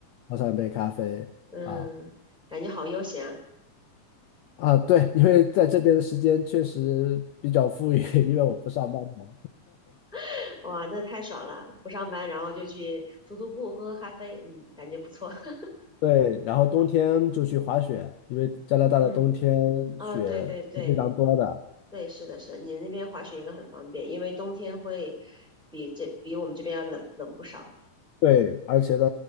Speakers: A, on the left (about 75°); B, in the centre.
A: 泡上一杯咖啡啊
B: 嗯，感觉好悠闲啊，
A: 啊，对，因为在这边的时间确实比较富裕，<laughs> 因为我不上班嘛。
B: <laughs> 哇，那太爽了！不上班，然后就去徒徒步，喝喝咖啡，嗯，感觉不错。<laughs>
A: 对，然后冬天就去滑雪，因为加拿大的冬天雪是非常多的。
B: 嗯，哦，对对对对，是的，是的，你那边滑雪应该很方便，因为冬天会比这比我们这边要冷冷不少。
A: 对，而且它